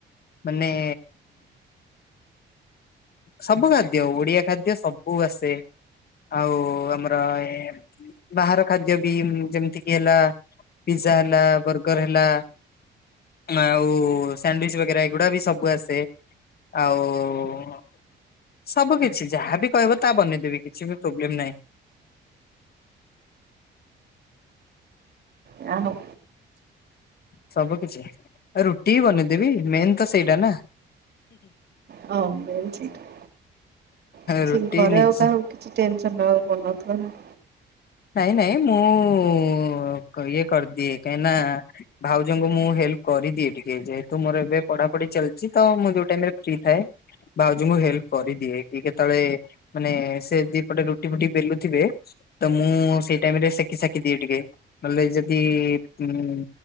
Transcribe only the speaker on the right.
ଯାହାହଉ
ହଁ ମେନ ସେଇଟା। କିଛି
ଘରେ
ଆଉ କାହାକୁ କିଛି ଟେନସନ୍ ନବାକୁ ପଡୁନଥିବ, ନା?